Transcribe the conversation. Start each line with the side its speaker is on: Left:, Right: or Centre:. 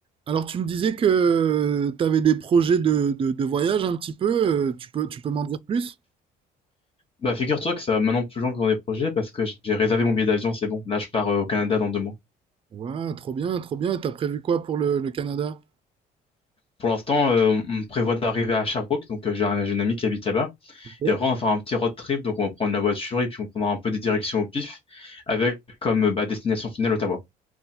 Right: Alors, tu me disais que tu avais des projets de, de- de voyage un petit peu. euh, Tu peux, tu peux m'en dire plus?
Left: Bah, figure-toi que ça va maintenant plus loin que dans des projets parce que j'ai réservé mon billet d'avion, c'est bon. Là, je pars euh, au Canada dans deux mois.
Right: Ouais, trop bien, trop bien. Et t'as prévu quoi pour le, le Canada?
Left: Pour l'instant, euh, on on prévoit d'arriver à Sherbrooke, donc euh, j'ai un- j'ai une amie qui habite là-bas.
Right: Ok.
Left: Et après, on va faire un petit road trip, donc on va prendre la voiture et puis on prendra un peu des directions au pif avec comme euh, bah, destination finale Ottawa.